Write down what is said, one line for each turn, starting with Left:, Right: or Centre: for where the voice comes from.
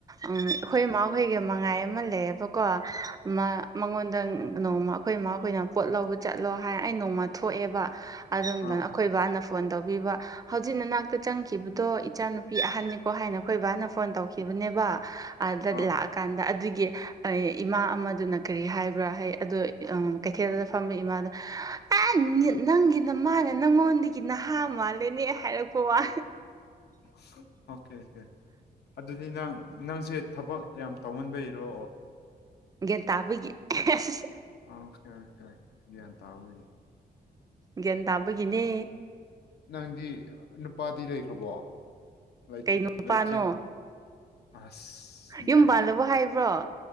Right: ꯎꯝ ꯑꯩꯈꯣꯏ ꯏꯃꯥꯍꯣꯏꯒꯤ ꯃꯉꯥꯏ ꯑꯃ ꯂꯩꯌꯦꯕ ꯀꯣ ꯃ ꯃꯉꯣꯟꯗ ꯅꯣꯡꯃ ꯑꯩꯈꯣꯏ ꯏꯃꯥꯈꯣꯏꯅ ꯄꯣꯠ ꯂꯧꯕ ꯆꯠꯂꯣ ꯍꯥꯏ ꯑꯩ ꯅꯣꯡꯃ ꯊꯣꯛꯑꯦꯕ ꯑꯗꯨꯝꯗꯅ
Left: ꯑꯥ
Right: ꯑꯩꯈꯣꯏ ꯕꯥꯅ ꯐꯣꯟ ꯇꯧꯕꯤꯕ ꯍꯧꯖꯤꯛ ꯅꯅꯥꯛꯇ ꯆꯪꯈꯤꯕꯗꯣ ꯏꯆꯥꯅꯨꯄꯤ ꯑꯍꯟꯅꯤꯀꯣ ꯍꯥꯏꯅ ꯑꯩꯈꯣꯏ ꯕꯥꯅ ꯐꯣꯟ ꯇꯧꯈꯤꯕꯅꯦꯕ ꯑꯗ ꯂꯥꯛꯑꯀꯥꯟꯗ
Left: ꯑꯥ
Right: ꯑꯗꯨꯒꯤ ꯏꯃꯥ ꯑꯃꯗꯨꯅ ꯀꯔꯤ ꯍꯥꯏꯕ꯭ꯔꯥ ꯍꯥꯏ ꯑꯗ ꯀꯩꯊꯦꯜꯗꯨꯗ ꯐꯝꯕ ꯏꯃꯥꯗ ꯑꯦ ꯅꯪꯒꯤꯅ ꯃꯥꯅ ꯅꯪꯉꯣꯟꯗꯒꯤ ꯅꯍꯥ ꯃꯥꯜꯂꯦꯅꯦ ꯍꯥꯏꯔꯛꯄ ꯋꯥ
Left: ꯑꯣꯀꯦ ꯑꯣꯀꯦ ꯑꯗꯨꯗꯤ ꯅꯪ ꯅꯪꯁꯦ ꯊꯕꯛ ꯌꯥꯝ ꯇꯧꯃꯟꯕꯩꯔꯣ
Right: ꯒ꯭ꯌꯥꯟ ꯇꯥꯕꯒꯤ <unintelligible>
Left: ꯑꯣꯈꯦ ꯑꯣꯈꯦ ꯒꯌꯥꯟ ꯇꯥꯕꯒꯤ
Right: ꯒ꯭ꯌꯥꯟ ꯇꯥꯕꯒꯤꯅꯦ
Left: ꯅꯪꯗꯤ ꯅꯨꯄꯥꯗꯤ ꯂꯩꯈ꯭ꯔꯕꯣ ꯂꯩꯇ꯭ꯔꯦ
Right: ꯀꯩꯅꯣ ꯅꯨꯄꯥꯅꯣ
Left: ꯂꯩꯇ꯭ꯔꯦ ꯑꯁ ꯌꯥꯏ
Right: ꯌꯨꯝ ꯄꯜꯂꯕꯣ
Left: ꯌꯥꯏ
Right: ꯍꯥꯏꯕ꯭ꯔꯣ